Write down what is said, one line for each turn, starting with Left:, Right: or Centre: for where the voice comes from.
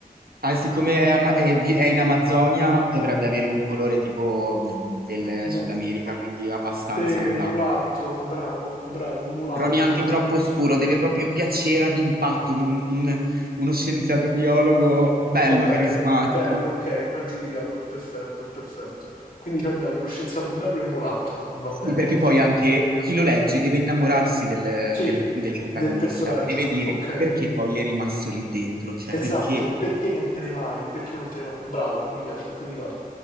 Right: Ah, siccome
Left: ah,
Right: è, ama- è vi- è in Amazzonia, dovrebbe avere un colore tipo mh, del
Left: mu-
Right: Sud America, quindi abbastanza
Left: te,
Right: mulatto.
Left: mulatto, bravo, bravo, mulatto,
Right: Però neanche
Left: sono d'accordissimo
Right: troppo scuro,
Left: con te.
Right: deve proprio piacere ad impatto, un- un- uno scienziato biologo bello,
Left: Va bene,
Right: carismatico.
Left: bello, ok, aggiudicato, perfetto, perfetto. Quindi ci abbiamo lo scienziato bello e mulatto, va
Right: Sì,
Left: bene.
Right: perché poi anche chi lo legge deve innamorarsi del,
Left: Sì,
Right: del- del protagonista
Left: del personaggio,
Right: e deve dire
Left: ok.
Right: perché poi è rimasto lì dentro, cioè
Left: Esatto,
Right: perché.
Left: perché non te ne vai? Perché non te ne vai? Bravo, mi piace, aggiudicato,